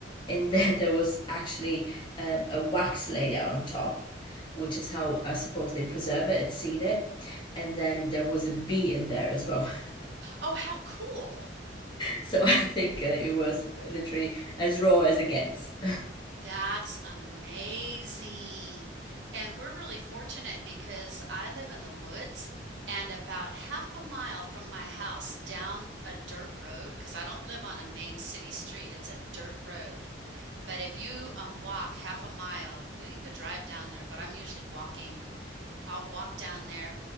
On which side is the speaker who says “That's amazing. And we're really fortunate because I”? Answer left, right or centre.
Right